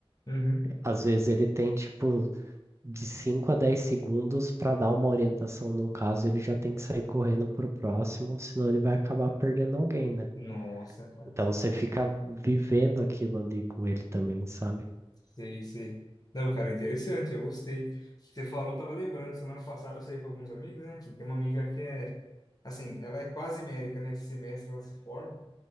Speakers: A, on the left; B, on the right.
A: Uhum.
B: às vezes ele tem, tipo, de 5 a 10 segundos para dar uma orientação num caso, ele já tem que sair correndo pro próximo, senão ele vai acabar perdendo alguém, né?
A: Nossa, cara.
B: Então, você fica vivendo aquilo ali com ele também, sabe?
A: Sei, sei. Não, cara, interessante, eu gostei. Você falou, eu tava lembrando, semana passada eu saí com alguns amigos, né? Que tem uma amiga que é, assim, ela é quase médica, né? Esse semestre ela se forma.